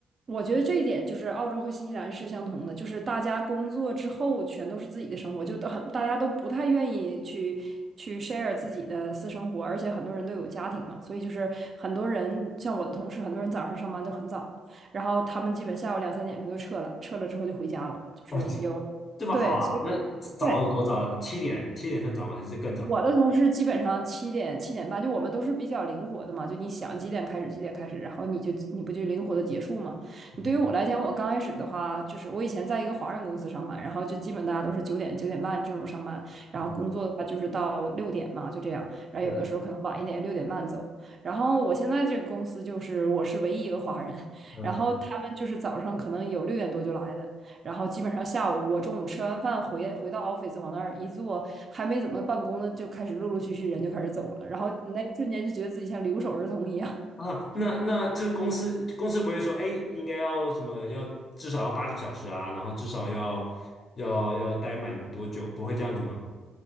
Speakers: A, on the right; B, on the left.
A: 我觉得这一点就是澳洲和新西兰是相同的，就是大家工作之后全都是自己的生活，就都很大家都不太愿意去去 share 自己的私生活，而且很多人都有家庭嘛，所以就是很多人像我的同事，很多人早上上班都很早，然后他们基本下午两三点钟就撤了，撤了之后就回家了，就是有，
B: 哦，这么好啊？
A: 对，所以。
B: 那早有多早？
A: 对，
B: 七点，七点算早吗？还是更早？
A: 我的同事基本上七点七点半，就我们都是比较灵活的嘛，就你想几点开始几点开始，然后你就你不就灵活的结束嘛。
B: 嗯
A: 你对于我来讲，我刚开始的话，就是我以前在一个华人公司上班，然后就基本大家都是九点九点半这种上班，然后工作的话就是到六点嘛，
B: 啊，
A: 就这样，然后有的时候可能晚一点，
B: 对，
A: 六点半走。然后我现在这个公司就是我是唯一一个华人，<laughs>
B: 啊
A: 然后他们就是早上可能有六点多就来的。然后基本上下午我中午吃完饭回回到 office 往那儿一坐，还没怎么办公呢，就开始陆陆续续人就开始走了，然后那一瞬间就觉得自己像留守儿童一样。
B: 啊，那那这公司公司不会说，哎，应该要什么？要至少要八个小时啊，然后至少要要要待满多久？不会这样子吗？